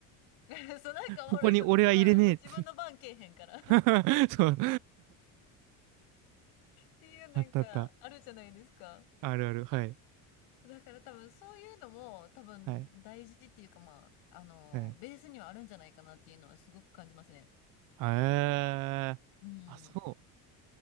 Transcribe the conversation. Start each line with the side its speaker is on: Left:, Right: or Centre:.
Left: <laughs> そうなんかおもろいこと言わない。
Right: ここに俺は入れねえって
Left: もう自分の番けえへんから <laughs> っ
Right: <laughs> そう。
Left: ていうなんかあるじゃないですか。
Right: あったあった。あるある。はい。
Left: だから多分そういうのも多分大事っていうかまあ、
Right: はい。
Left: あの、
Right: はい。
Left: ベースにはあるんじゃないかなっていうのはすごく感じますね。
Right: あー。
Left: うん。
Right: あ、そう。